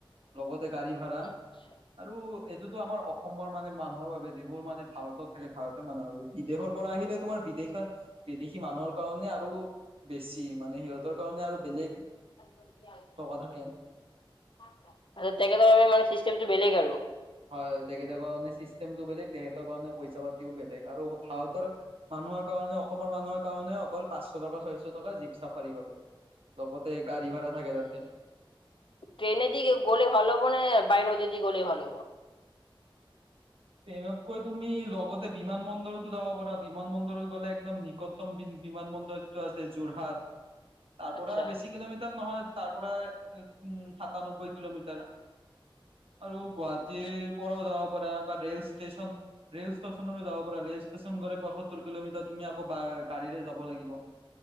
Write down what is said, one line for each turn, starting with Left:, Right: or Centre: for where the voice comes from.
Right: লগতে গাড়ী ভাড়া
Left: আচ্ছা
Right: আৰু এইটোতো আমাৰ <unintelligible> অসমৰ মানে মানুহৰ বাবে যিবোৰ মানে ভাৰতত থাকে ভাৰতৰ মানুহৰ বাবে। বিদেশৰ পৰা আহিলে তোমাৰ বিদেশৰ <inaudible> বিদেশী মানুহৰ কাৰণে আৰু বেছি মানে সিহঁতৰ কাৰণে আৰু বেলেগ <inaudible>
Left: নাই <unintelligible>
Right: টকা থাকে। <unintelligible>
Left: <inaudible> আৰু তেখেতৰ বাবে মানে চিষ্টেমটো বেলেগ আৰু। <inaudible>
Right: হয়। তেখেতৰ কাৰণে চিষ্টেমটো বেলেগ, তেখেতৰ কাৰণে পইচা পাতিও বেলেগ আৰু ভাৰতৰ <inaudible> মানুহৰ কাৰণে অসমৰ মানুহৰ কাৰণে অকল পাঁচশ টকা, ছয়শ টকা জীপ চাফাৰীৰ বাবে। <inaudible> লগতে গাড়ী ভাড়া থাকে তাতে। <unintelligible>
Left: ট্ৰেইনে দি গ'লে ভাল হব নে বাই ৰোডে দি গ'লে ভাল হ'ব? <unintelligible>
Right: ট্ৰেইনতকৈ তুমি লগতে বিমান বন্দৰতো যাব পাৰা। বিমান বন্দৰত গ'লে একদম নিক <inaudible> <inaudible> বিমান বন্দৰ যিটো আছে যোৰহাট। তাৰ
Left: আচ্ছা
Right: পৰা বেছি কিলোমিটাৰ নহয়। <inaudible> তাৰ পৰা আ <unintelligible> উম সাতানব্বৈ কিলোমিটাৰ আৰু গুৱাহাটীৰ
Left: আচ্ছা
Right: <inaudible> পৰাও যাব পাৰা বা ৰেল ষ্টেচন <inaudible> ৰেল ষ্টেচনৰো যাব পাৰা। ৰেল ষ্টেচন গ'লে পয়সত্তৰ কিলোমিটাৰ তুমি আকৌ বা এহ গাড়ীৰে যাব <unintelligible> যাব লাগিব।